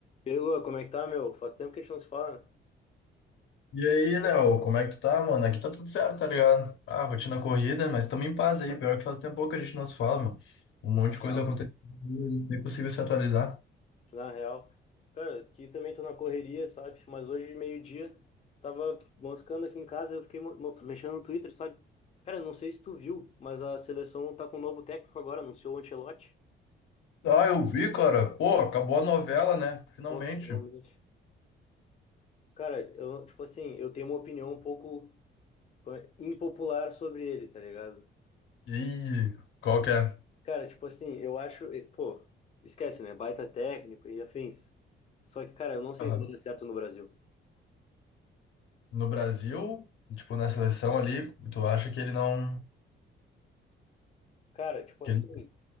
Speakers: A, on the left (about 35°); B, on the left (about 75°).
A: E aí, Lua, como é que tá, meu? Faz tempo que a gente não se fala, né?
B: E aí, Léo, como é que tu tá, mano? Aqui tá tudo certo, tá ligado? Ah, rotina corrida, mas tamo em paz aí. Pior que faz tempo que a gente não se fala, meu. Um monte
A: na
B: de coisa
A: real.
B: aconteceu, e nem conseguiu se atualizar.
A: Na real. Cara, aqui também tô na correria, sabe? Mas hoje, meio-dia, tava moscando aqui em casa, eu fiquei mo- mo- mexendo no Twitter, sabe? Cara, não sei se tu viu, mas a seleção tá com um novo técnico agora, anunciou o Ancelotti.
B: Ah, eu vi, cara. Pô, acabou a novela, né? Finalmente.
A: Pô, finalmente. Cara, eu, tipo assim, eu tenho uma opinião um pouco eh, impopular sobre ele, tá ligado?
B: E qual que é?
A: Cara, tipo assim, eu acho, eh, pô, esquece, né? Baita técnico e afins. Só que, cara, eu não sei
B: Aham.
A: se vai dar certo no Brasil.
B: No Brasil, tipo, na seleção ali, tu acha que ele não...
A: Cara, tipo
B: que
A: assim,
B: ele-